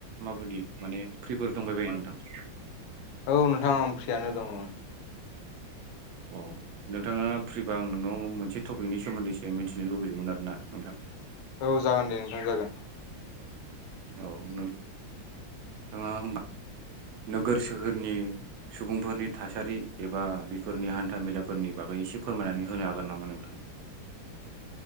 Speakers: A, on the right (about 75°); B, on the left (about 80°).
A: बादि माने फ्रिफोर दंबायबायो नामा नोंथां?
B: औ नोंथां आं फ्रियानो दङ'।
A: अ नोंथाङा फ्रिबा आं नोंनाव मोनसे टपिकनि सोमोन्दैसो मिथिनो लुबैदोंमोन आरो ना नोंथां?
B: औ जागोन दे नोंथां जागोन।
A: औ नोंथाङा होमबा नोगोर सोहोरनि सुबुंफोरनि थासारि एबा बेफोरनि हान्थामेलाफोरनि बागै एसे फोरमायनानै होनो हागोन नामा नोंथां?